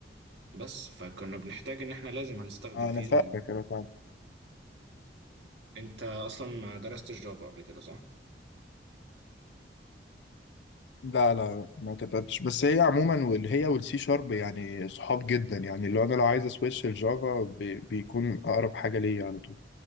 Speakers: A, on the right; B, on the left.
A: بس فكنا بنحتاج ان احنا لازم هنستخدم
B: آه،
A: فيه
B: انا فاهمك
A: ال...
B: انا فاهم
A: انت اصلا ما درستش جافا قبل كده صح؟
B: لا لا ما كتبتش بس هي عموما وال- هي والسي شارب يعني صحاب جدا يعني لو انا لو عايز اسويتش الجافا بي- بيكون اقرب حاجه ليا على طول